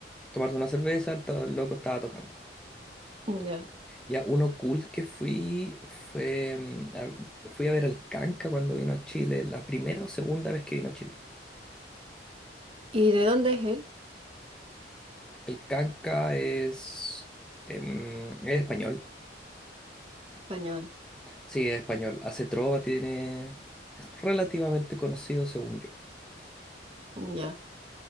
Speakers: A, in the centre; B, on the right.
A: tomarte una cerveza, el to- loco estaba tocando.
B: Mm, Ya.
A: Ya uno cool que fui fue, mm, a- fui a ver al Canca cuando vino a Chile, la primera o segunda vez que vino a Chile.
B: ¿Y de dónde es él?
A: El canca es, em, es español.
B: Español.
A: Sí, es español. Hace trova, tiene... Es relativamente conocido según yo.
B: Mm, Ya.